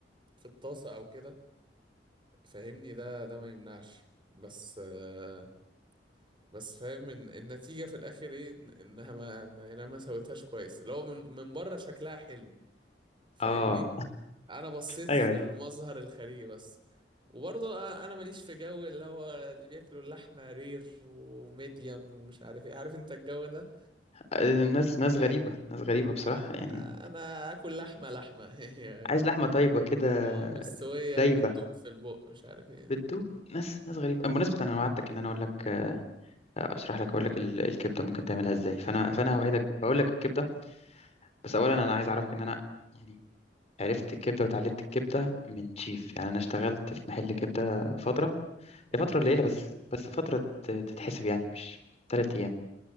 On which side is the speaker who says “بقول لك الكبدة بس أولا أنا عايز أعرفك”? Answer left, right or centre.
Left